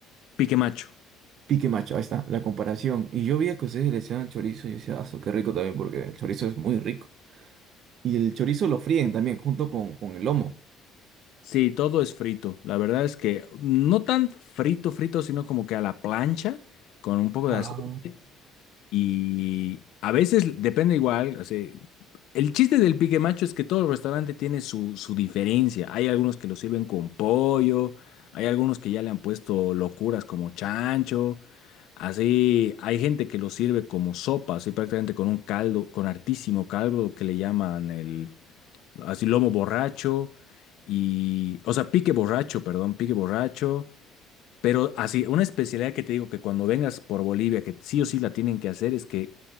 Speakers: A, on the left; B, on the right.
A: pique macho.
B: Pique macho, ahí está, la comparación. Y yo vi que ustedes le echaban chorizo y yo decía, ah, su, qué rico también, porque el chorizo es muy rico. Y el chorizo lo fríen también junto con, con el lomo.
A: Sí, todo es frito. La verdad es que no tan frito, frito, sino como que a la plancha con un poco
B: Ah,
A: de aceite. Y a veces depende igual. así, el chiste del pique macho es que todo restaurante tiene su, su diferencia. Hay algunos que lo sirven con pollo, hay algunos que ya le han puesto locuras como chancho. Así, hay gente que lo sirve como sopa, así prácticamente con un caldo, con hartísimo caldo que le llaman el así lomo borracho y, o sea, pique borracho, perdón, pique borracho, pero así, una especialidad que te digo que cuando vengas por Bolivia, que sí o sí la tienen que hacer, es que